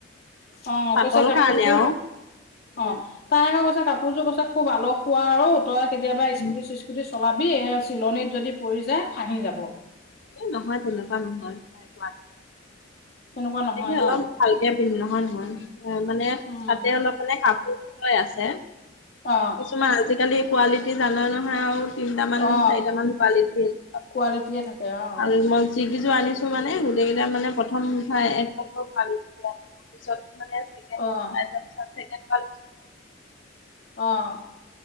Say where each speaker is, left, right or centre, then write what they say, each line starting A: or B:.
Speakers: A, on the left; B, on the left.
A: অঁ
B: পাতল
A: কৈছে কাপোৰযোৰ
B: কাৰণে আৰু উম,
A: অঁ তাই কৈছে কাপোৰযোৰ কছে খুব আলহ খোৱা আৰু তই কেতিয়াবা
B: উম,
A: স্কুটি চিস্কুটি চলাবি এই চিলনীত যদি পৰি যায় ফাঁহি যাব।
B: এ নহয় তেনেকুৱা নহয়। তাই কোৱা
A: তেনেকুৱা
B: মানে
A: নহয়
B: কি
A: ন
B: অলপ ভালকে পিন্ধিলো নহয় নহয় মানে
A: উম
B: তাতে অলপ মানে কাপোৰ লৈ আছে
A: অ
B: কিছুমান আজিকালি কোৱালিটি জানই নহয় আৰু তিনটামান
A: অ
B: চাৰিট মান কোৱালিটি কাপোৰৰ
A: কোৱালিটিয়ে থাকে অ
B: আৰু মই গোটেই কেযোৰ আনিছোঁ মানে গোটেইকেইটা মানে প্ৰথম এক ভাল দিয়া। পিছত মানে চাগে
A: অঁ
B: ছেকেণ্ড কল
A: অঁ